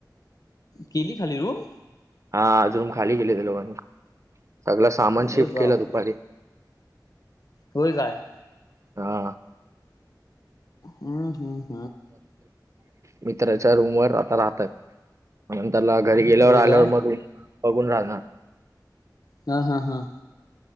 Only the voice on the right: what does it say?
हा आज रूम खाली केली त्यांनी वाटत सगळ सामान
शिफ्ट
केलं दुपारी.
हा
मित्राच्या रूम वर आता राहतात. नंतरला घरी गेल्यावर
आल्यावर
मग बघून राहणार.